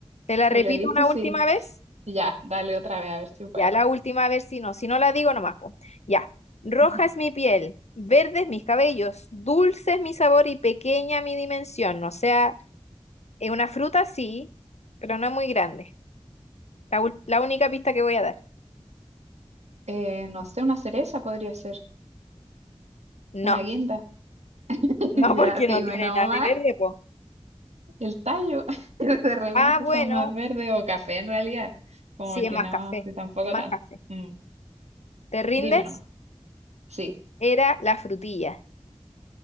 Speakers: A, on the left (about 85°); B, on the right (about 90°).
A: ¿Te la repito
B: Pero viste,
A: una
B: sí.
A: última vez?
B: Ya, dale otra vez a ver si puedo.
A: Ya, la última, a ver si no. Si no la digo, nomás, po. Ya. Roja
B: <laughs>
A: es mi piel, verdes mis cabellos, dulce es mi sabor y pequeña mi dimensión. O sea, es una fruta sí, pero no es muy grande. La, ul- la única pista que voy a dar.
B: Eh, no sé, una cereza podría ser,
A: No,
B: una guinda. <laughs>
A: no
B: Ya,
A: porque
B: dime
A: no tiene
B: nomás,
A: nada de verde, po.
B: el tallo. <laughs> De repente
A: Ah, bueno,
B: son más verdes o café en realidad. Como
A: sí, es
B: que
A: más
B: no,
A: café,
B: sí, tampoco
A: es más
B: tanto.
A: café.
B: Mm,
A: ¿Te rindes?
B: Dime nomás. Sí.
A: Era la frutilla.